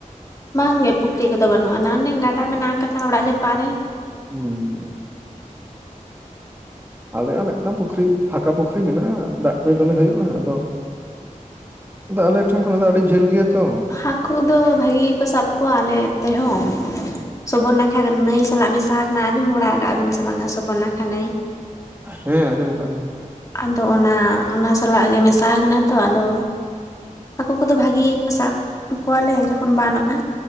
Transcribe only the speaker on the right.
ᱦᱩᱸ ᱦᱩᱸ ᱟᱞᱮᱭᱟᱜ ᱦᱚᱸ ᱢᱤᱫᱴᱟᱝ ᱯᱩᱠᱷᱨᱤ ᱯᱷᱟᱸᱠᱟ ᱯᱩᱠᱷᱨᱤ ᱢᱮᱱᱟᱜᱼᱟ ᱫᱟᱜ ᱠᱚ ᱫᱚᱢᱮ ᱦᱩᱭᱩᱜᱼᱟ ᱟᱫᱚ ᱟᱫᱚ ᱟᱞᱮ ᱴᱷᱮᱱ ᱠᱷᱚᱱᱟᱜ ᱫᱚ ᱟᱹᱰᱤ ᱡᱷᱟᱹᱞ ᱜᱮᱭᱟ ᱛᱚ
ᱦᱮᱸ ᱟᱸᱡᱚᱢ ᱠᱟᱜᱟ ᱞᱤᱧ᱾